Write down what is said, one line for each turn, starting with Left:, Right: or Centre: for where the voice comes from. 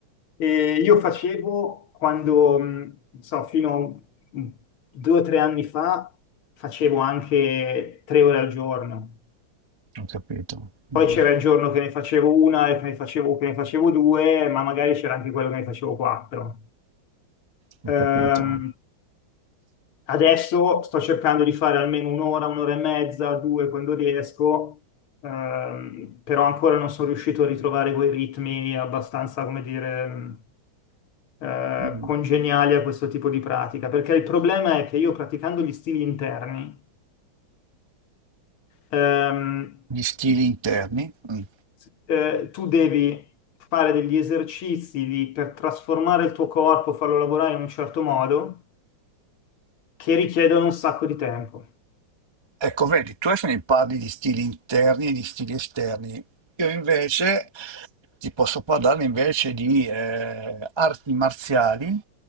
Left: E io facevo quando, mh, non so, fino a un- due o tre anni fa, facevo anche tre ore al giorno.
Right: ho capito, Mhm,
Left: Poi c'era il giorno che ne facevo una e che ne facevo, che ne facevo due, ma magari c'era anche quello che ne facevo quattro.
Right: ho
Left: Ehm,
Right: capito.
Left: adesso sto cercando di fare almeno un'ora, un'ora e mezza, due quando riesco, ehm, però ancora non sono riuscito a ritrovare quei ritmi abbastanza, come dire, eh,
Right: Mhm.
Left: congeniali a questo tipo di pratica, perché il problema è che io praticando gli stili interni, ehm,
Right: Gli stili interni? Mm.
Left: Sì. eh, tu devi fare degli esercizi di- per trasformare il tuo corpo, farlo lavorare in un certo modo, che richiedono un sacco di tempo.
Right: Ecco, vedi, tu adesso mi parli di stili interni e di stili esterni. Io invece ti posso parlare invece di eh, arti marziali